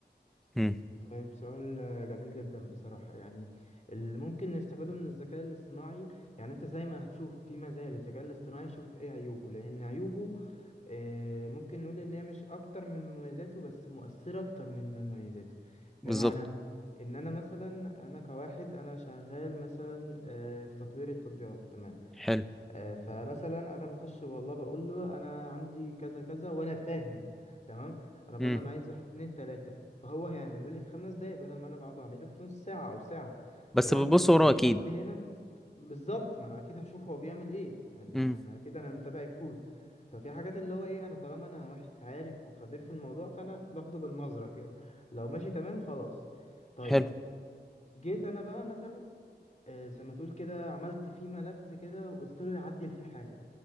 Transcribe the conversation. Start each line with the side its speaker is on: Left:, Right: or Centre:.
Centre: مم.
Left: طيب سؤال آه، جميل جدا بصراحة يعني اللي ممكن نستفاده من الذكاء الاصطناعي يعني انت زي ما هتشوف في مزايا للذكاء الاصطناعي شوف ايه عيوبه لان عيوبه آه، ممكن نقول ان هي مش اكتر من مميزاته بس مؤثرة اكتر من مميزاته
Centre: بالظبط
Left: بمعنى ان انا مثلا انا كواحد انا شغال مثلا آه، في تطوير التطبيقات تمام
Centre: حلو
Left: آه، فمثلا انا بخش والله بقول له انا عندي كذا كذا وانا فاهم تمام انا بقول
Centre: مم.
Left: له انا عايز واحد اتنين تلاته فهو هيعمله لي في خمس دقايق بدل ما انا بقعد اعمله في نص ساعه او ساعه
Centre: بس
Left: تمام
Centre: بتبص وراه
Left: والحد
Centre: أكيد
Left: هنا بالظبط ما انا اكيد هشوف هو بيعمل ايه يعني
Centre: مم.
Left: انا اكيد انا متابع الكود ففي حاجات اللي هو ايه انا طالما انا واحد عارف وخبير في الموضوع فانا باخده بالنظره كده لو ماشي تمام خلاص طيب
Centre: حلو
Left: جيت انا بقى مثلا آه، زي ما تقول كده عملت فيه ملف كده وقلت له يعدل فيه حاجه